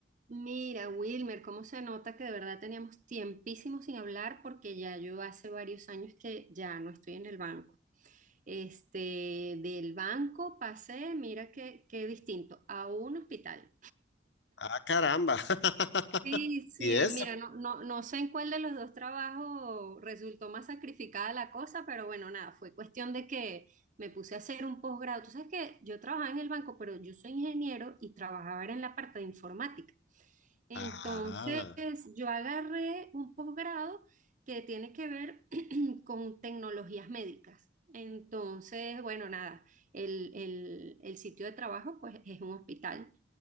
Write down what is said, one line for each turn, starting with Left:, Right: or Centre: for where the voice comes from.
Right: Mira, Wilmer, cómo se nota que de verdad teníamos tiempísimo sin hablar porque ya yo hace varios años que ya no estoy en el banco. Este, del banco pasé, mira qué, qué distinto, a un hospital.
Left: Ah, caramba. <laughs>
Right: Sí, sí,
Left: ¿Y eso?
Right: mira, no, no, no sé en cuál de los dos trabajos resultó más sacrificada la cosa, pero bueno, nada, fue cuestión de que me puse a hacer un posgrado. Tú sabes que yo trabajaba en el banco, pero yo soy ingeniero y trabajaba era en la parte de informática. Entonces,
Left: Ah,
Right: yo agarré un posgrado que tiene que ver en- con tecnologías médicas. Entonces, bueno, nada, el, el- el sitio de trabajo pues es un hospital.